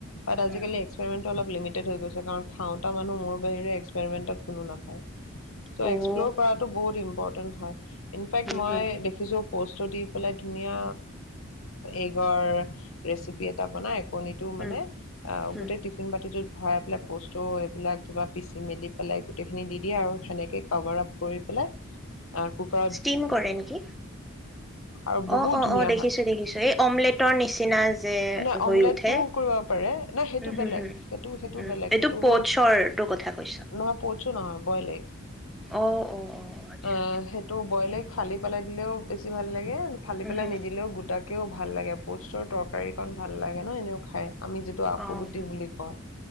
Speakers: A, on the left; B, in the centre.
A: বাত আজিকালি
B: উম,
A: এক্সপেৰিমেণ্ট অলপ লিমিটেড হৈ গৈছে কাৰণ খাওঁতা মানুহ মোৰ বাহিৰে এক্সপেৰিমেণ্টত কোনো নাখায়। চ'
B: অ' উম,
A: এক্সপ্ল'ৰ কৰাটো বহুত ইম ইম্পৰটেন্ট হয়। ইনফেক্ট মই
B: হুম,
A: দেখিছো প'ষ্টটো দি পেলাই ধুনীয়া এইগৰ ৰেচিপি এটা বনায় কণীটো
B: উম,
A: মানে অ'
B: উম,
A: গোটেই টিফিন বাতিটোত ভৰাই পেলাই বস্তু এইবিলাক কিবা পিচি মেলি পেলাই গোটেইখিনি দি দিয়ে আৰু সেনেকে ক'ভাৰ আপ কৰি পেলাই। আ কুকাৰ।
B: স্তিম কৰে নিকি
A: আৰু বহুত
B: অ' -অ'
A: ধুনীয়া
B: -অ 'দেখিছো
A: হয়
B: দেখিছো এই অমলেট। টৰ নিচিনা যে
A: নাই
B: হৈ
A: অমলেটটোও
B: উঠে।
A: কৰিব পাৰে নাই সেইটো
B: উম, হুম,
A: বেলেগ
B: হুম,
A: সেইটো সেইটো
B: উম,
A: বেলেগ।
B: এইটো
A: সেইটো
B: প'চৰটোৰ
A: হ'ল
B: কথা কৈছ।
A: নহয় পছো নহয় বইলএগ
B: অ', অ', অ', আচ্ছা
A: অ'
B: আচ্ছা।
A: সেইটো বইলএগ। ফালি পেলাই দিলেও বেছি ভাল লাগে। ফালি
B: উম,
A: পেলাই
B: হুম,
A: নিদিলেও গোটাক কেও ভাল লাগে পোষ্টৰ তৰকাৰীকণ ভাল লাগে ন এনেও খায় আমি যিটো আফুগুটি
B: অ',
A: বুলি কওঁ